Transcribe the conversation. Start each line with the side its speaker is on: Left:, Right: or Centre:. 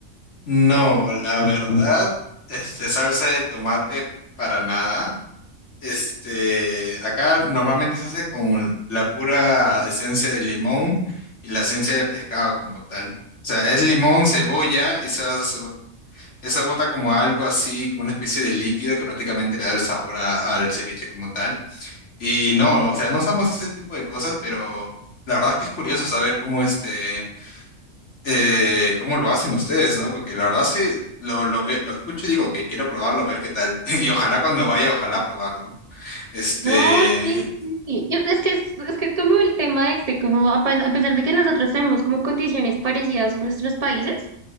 Left: No, la verdad, este, salsa de tomate para nada. Este, acá normalmente se hace con la pura esencia de limón y la esencia del pescado como tal. O sea, es limón, cebolla, esa, esa bota como algo así, como una especie de líquido que prácticamente le da el sabor a- al ceviche como tal. Y no, o sea, no usamos ese tipo de cosas, pero la verdad es que es curioso saber cómo este eh, cómo lo hacen ustedes, ¿no? Porque la verdad sí, lo, lo, ve- lo escucho y digo que quiero probarlo, a ver qué tal. <laughs> Y ojalá cuando vaya, ojalá probarlo. Este,
Right: No, sí, sí. Y Es que es, es que es como el tema este, como a pe- a pesar de que nosotros tenemos como condiciones parecidas en nuestros países.